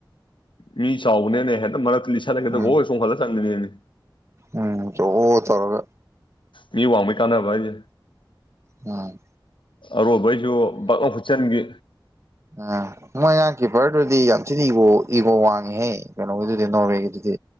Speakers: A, on the left; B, on the right.
A: ꯃꯤ ꯆꯥꯎꯕꯅꯤꯅꯦ ꯍꯦꯛꯇ ꯃꯔꯛꯇ ꯂꯤꯁꯠꯂ ꯍꯦꯛꯇ
B: ꯎꯝ
A: ꯋꫭꯏ ꯆꫭꯡꯈꯠꯂ ꯆꯟꯕꯤꯅꯤꯅꯦ
B: ꯎꯝ ꯆꯣ ꯇꯔꯒ
A: ꯃꯤ ꯋꯥꯡꯕꯩ ꯀꯥꯟꯅꯕ ꯍꯥꯏꯖꯦ
B: ꯎꯝ
A: ꯑꯔꯣꯕꯩꯁꯨ ꯕꯛꯂꯥꯎ ꯍꯨꯠꯆꯟꯒꯤ
B: ꯎꯝ ꯃꯣꯏ ꯑꯉꯥꯡ ꯀꯤꯄꯔꯗꯨꯗꯤ ꯌꯥꯝ ꯊꯤꯅ ꯏꯒꫭ ꯏꯒꫭ ꯋꯥꯡꯉꯤꯍꯦ ꯀꯩꯅꯣꯒꯤꯗꯨꯗꯤ ꯅꯣꫪꯋꯦ ꯒꯤꯗꯨꯗꯤ